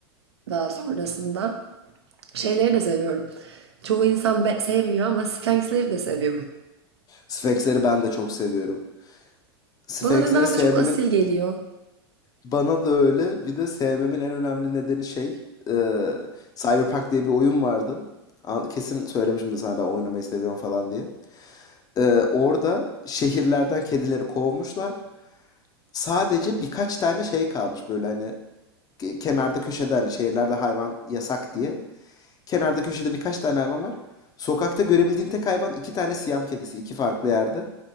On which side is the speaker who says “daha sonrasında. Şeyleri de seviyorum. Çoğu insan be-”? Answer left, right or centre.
Right